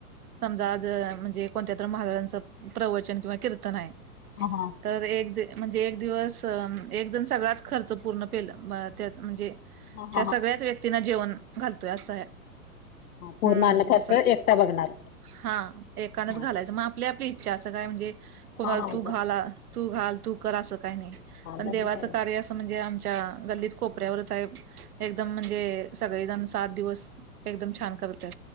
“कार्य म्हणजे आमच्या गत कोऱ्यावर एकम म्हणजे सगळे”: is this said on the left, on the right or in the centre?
Right